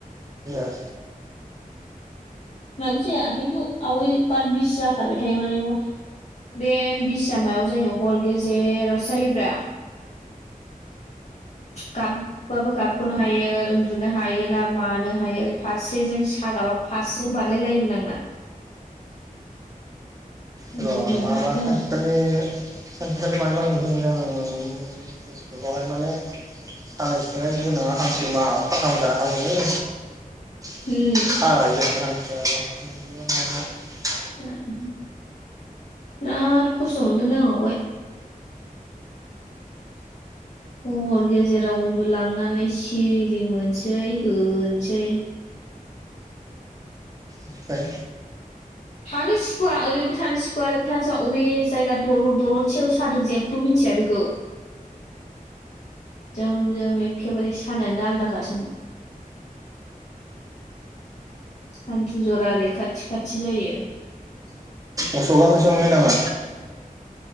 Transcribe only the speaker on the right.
<unintelligible> <unintelligible>
अ
माबा
सानसेखालि सानसेखालि मायबा नुदोंमोनलै आङो फेसबुकावहाय माने सानाय सुनाय गोनाङा हांसो मा आफफा गाहाम जानांगौनो। <unintelligible>
<unintelligible> नंगौ ना माबा
ओमफाय
असखा फैसा मोनबाय नामा?